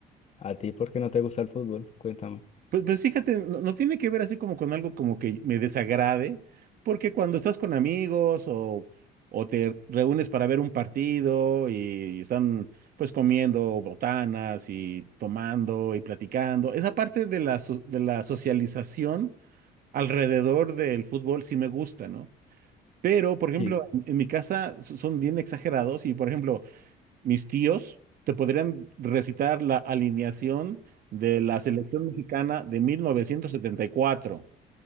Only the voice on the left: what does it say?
¿A ti por qué no te gusta el fútbol? Cuéntame.
Sí.